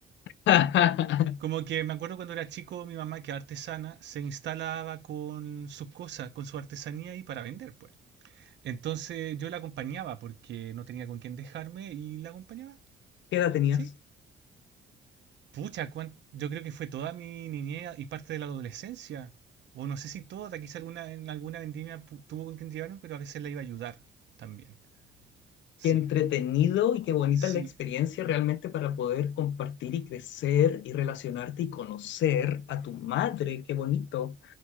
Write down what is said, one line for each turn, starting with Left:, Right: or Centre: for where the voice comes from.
Left: <laughs> ¿Qué
Right: Como que me acuerdo cuando era chico, mi mamá, que es artesana, se instalaba con sus cosas, con su artesanía y para vender, pues. Entonces yo la acompañaba porque no tenía con quién dejarme y la acompañaba,
Left: edad tenías?
Right: sí. Pucha, cuán- yo creo que fue toda mi niñez y parte de la adolescencia. O no sé si toda, quizá alguna, en alguna vendimia pu- tuvo con quien llevarme, pero a veces la iba a ayudar también. Sí,
Left: qué entretenido y qué bonita
Right: sí.
Left: es la experiencia realmente para poder compartir y crecer y relacionarte y conocer a tu madre, qué bonito.